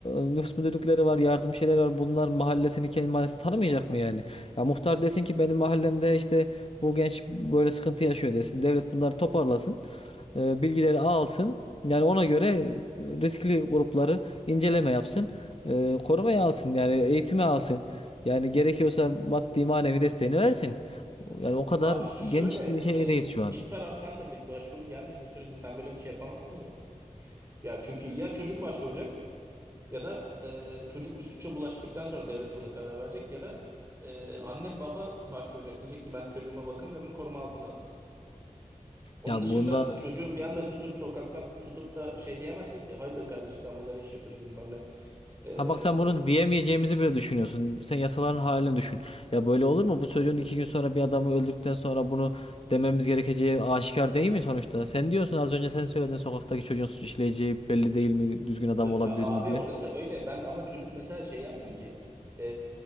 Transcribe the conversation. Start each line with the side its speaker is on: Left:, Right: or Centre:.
Left: e, nüfus müdürlükleri var, yardım şeyler var. Bunlar mahallesini kendi mahallesini tanımayacak mı yani? Ya muhtar desin ki benim mahallemde işte bu genç böyle sıkıntı yaşıyor desin. Devlet bunları toparlasın e, bilgileri alsın. Yani ona göre riskli grupları inceleme yapsın. E, korumaya alsın yani eğitime alsın. Yani gerekiyorsa maddi manevi desteğini versin. Yani o kadar
Right: abi şöyle
Left: geniş bir şeydeyiz
Right: e, iki
Left: şu an.
Right: taraftan da bir başvuru gelmediği sürece sen böyle bir şey yapamazsın ya. Ya çünkü ya çocuk başvuracak Ya da e, çocuk bir suça bulaştıktan sonra devlet buna karar verecek ya da e, anne baba başvuracak diyecek ki ben çocuğuma bakamıyorum koruma altına alırsın. Onun
Left: Ya
Right: dışında
Left: bunda
Right: çocuğu bir anda tutup sokaktan tutup da şey diyemezsin ki hayırdır kardeşim sen burada ne iş yapıyorsun bilmem ne. E,
Left: ha bak sen bunu diyemeyeceğimizi bile düşünüyorsun. Sen yasaların halini düşün. Ya böyle olur mu? Bu çocuğun iki gün sonra bir adamı öldükten sonra bunu dememiz gerekeceği aşikar değil mi sonuçta? Sen diyorsun az önce sen söyledin sokaktaki çocuğun suç işleyeceği belli değil mi? Düzgün adam
Right: e,
Left: olabilir
Right: ta, abi
Left: mi diye.
Right: orası öyle ben ama çocuk mesela şey yapmıyor ki e,